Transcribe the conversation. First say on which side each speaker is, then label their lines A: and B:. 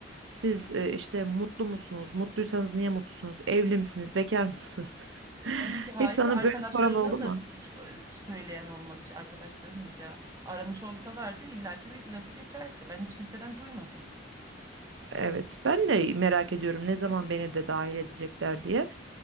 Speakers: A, on the right; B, on the right.
A: Siz e, işte mutlu musunuz? Mutluysanız niye mutlusunuz? Evli misiniz? Bekar mısınız? <laughs>
B: Tabii ki hayır
A: Hiç sana
B: ve arkadaşlarımdan
A: böyle soran oldu mu?
B: da hiç e, söyleyen olmadı. İşte Arkadaşlarım da mesela aramış olsalardı illaki bir lafı geçerdi. Ben hiç kimseden duymadım.
A: Evet, ben de merak ediyorum ne zaman beni de dahil edecekler diye.